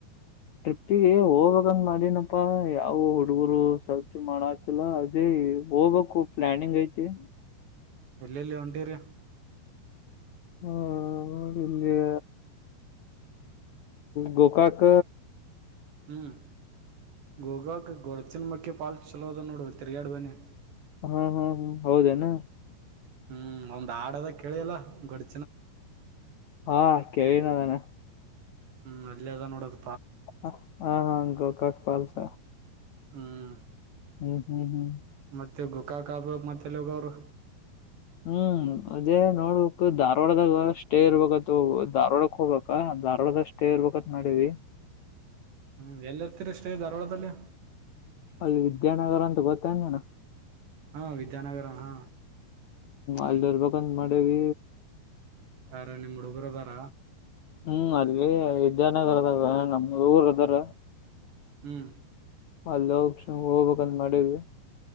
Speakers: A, on the left; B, on the right.
A: ಟ್ರಿಪ್ಪಿಗೆ ಹೋಗ್ಬೇಕಂದ್ ಮಾಡೀನಪ್ಪಾ ಯಾವ ಹುಡುಗರು ಸರ್ಚ್ ಮಾಡಾತಿಲ್ಲ ಅದೇ. ದೇ ಹೋಗ್ಬೇಕು ಪ್ಲಾನಿಂಗ್ ಐತಿ.
B: ಎಲ್ಲೆಲ್ಲಿ ಹೊಂಟೀರಿ.
A: ಹಾ ಡಿಲ್ಲಿ. ಗೋಕಾಕ
B: ಹ್ಮ್. ಗೋಕಾಕ್ ಗೊಡಚಿನಮಕ್ಕಿ ಫಾಲ್ಸ್ ಚಲೋದ ನೋಡು ತಿರುಗ್ಯಾಡ್ ಬನ್ನಿ.
A: ಹಾ ಹಾ ಹಾ ಹೌದೇನಾ.
B: ಹ್ಮ್ ಒಂದ್ ಹಾಡದ ಕೇಳಿಯಲ್ಲ ಗೊಡ್
A: ಹಾ ಕೇಳಿನ್ ಅದನ.
B: ಹ್ಮ್ ಅಲ್ಲೇ ಅದ ನೋಡದ.
A: ಹಾ ಹಾ ಗೋಕಾಕ್ ಫಾಲ್ಸ್.
B: ಹ್ಮ್.
A: ಹ್ಮ್ ಹ್ಮ್ ಹ್ಮ್.
B: ಮತ್ತೆ ಗೊಕಾಕ್ ಆದ್ ಮ್ಯಾಕ್ ಮತ್ತೆಲ್ಲೋಗೋರು.
A: ಹ್ಮ್ ಅದೇ ನೋಡ್ಬೇಕ್ ಧಾರವಾಡದಾಗ ಸ್ಟೇ ಇರ್ಬೇಕತು ಧಾರವಾಡಕ್ ಹೋಗಕ. ಧಾರವಾಡದಾಗ್ ಸ್ಟೇ ಇರ್ಬೇಕತ್ ಮಾಡೀವಿ.
B: ಹ್ಮ್ ಎಲ್ಲಿರ್ತೀರಾ ಸ್ಟೇ ಧಾರವಾಡದಲ್ಲಿ.
A: ಅಲ್ಲಿ ವಿದ್ಯಾನಗರ ಅಂತ ಗೊತ್ತ ನೀನು.
B: ಹಾ ವಿದ್ಯಾನಗರ ಹಾ.
A: ಅಲ್ಲಿರ್ಬೇಕಂತ್ ಮಾಡೀವಿ.
B: ಯಾರ ನಿಮ್ ಹುಡುಗರು ಅದಾರ.
A: ಹ್ಮ್ ಅಲ್ಲಿ ವಿದ್ಯಾನಗರದಾಗ ನಮ್ ಹುಡುಗುರ್ ಅದಾರ.
B: ಹ್ಮ್.
A: ಅಲ್ಲೋಗ್ <unintelligible> ಹೋಗ್ಬೇಕಂತ ಮಾಡಿದ್ವಿ.